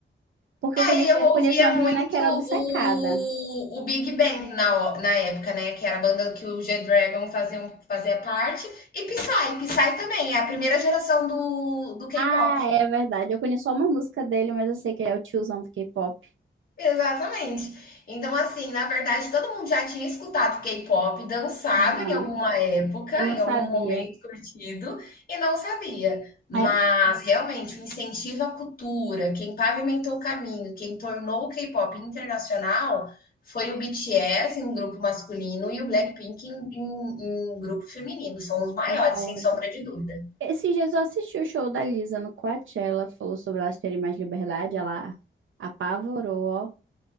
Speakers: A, on the right; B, on the left.
A: porque
B: É,
A: eu conheci,
B: e eu
A: eu
B: ouvia
A: conheço uma menina
B: muito
A: que era obcecada.
B: o, o Big Bang na, o- na época, né? Que era a banda que o G-Dragon fazia, um, fazia parte. E Psy, Psy também, é a primeira geração do, do K-pop.
A: Ah, é verdade. Eu conheço só uma música dele, mas eu sei que ele é o tiozão do K-pop.
B: Exatamente. Então, assim, na verdade, todo mundo já tinha escutado K-pop, dançado
A: Aham.
B: em alguma época,
A: E não
B: em
A: sabia.
B: algum momento curtido, e não sabia. Mas,
A: É,
B: realmente, o incentivo à cultura, quem pavimentou o caminho, quem tornou o K-pop internacional, foi o BTS em grupo masculino e o Blackpink em, em- em grupo feminino. São os maiores,
A: concordo.
B: sem sombra de dúvida.
A: Esses dias eu assisti o show da Lisa no Coachella, falou sobre elas terem mais liberdade, ela apavorou, ó.